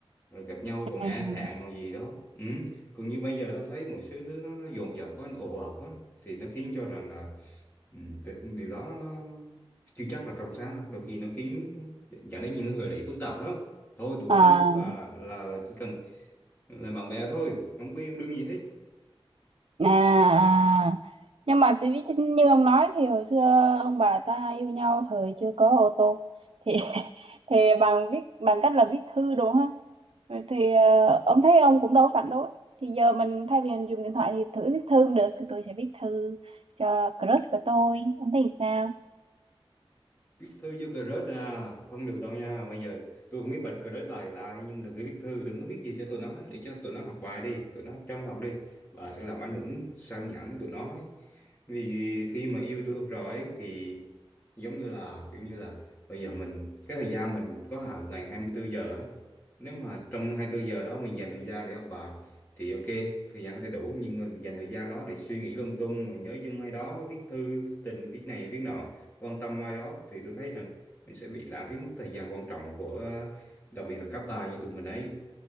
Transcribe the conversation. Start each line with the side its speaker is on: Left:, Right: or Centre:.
Left: rồi gặp nhau
Right: Ừ.
Left: còn e thẹn còn gì đó ừ. còn như bây giờ tôi thấy mọi thứ thứ nó, nó dồn dập quá nó ồ ạt quá thì nó khiến cho rằng là ừm, tự- điều đó nó chưa chắc là trong sáng đâu đôi khi nó khiến dẫn đến những hệ lụy phức tạp lắm thôi tuổi
Right: à
Left: tôi tuổi bà là là chỉ cần là bạn bè thôi không có yêu đương gì hết
Right: À, à. nhưng mà tại vì thế- như ông nói thì hồi xưa ông bà ta yêu nhau thời chưa có ô tô thì <laughs> thì bằng viết bằng cách là viết thư đúng không? Vậy Thì ờ, ông thấy ông cũng đâu có phản đối. Thì giờ mình thay vì mình dùng điện thoại thì thử viết thư cũng được thì tôi sẽ viết thư cho crush của tôi. Ông thấy sao?
Left: viết thư vô crush à không được đâu nha bây giờ tôi không biết bật crush bài lại nhưng đừng có viết thư đừng có viết gì cho tụi nó để cho tụi nó học bài đi tụi nó chăm học đi bà sẽ làm ảnh hưởng sao nhãng tụi nó ấy. vì khi mà yêu tôi học rồi ấy, thì giống như là kiểu như là bây giờ mình cái thời gian mình có hạn một ngày 24 giờ á. nếu mà trong 24 giờ đó mình dành thời gian để học bài thì ok thời gian có thể đủ nhưng mà mình dành thời gian đó để suy nghĩ lung tung rồi nhớ chung hay đó viết thư viết tình viết này viết nọ quan tâm ai đó thì tôi thấy rằng mình sẽ bị lãng phí mất thời gian quan trọng của ờ, đặc biệt là các bà như tụi mình ấy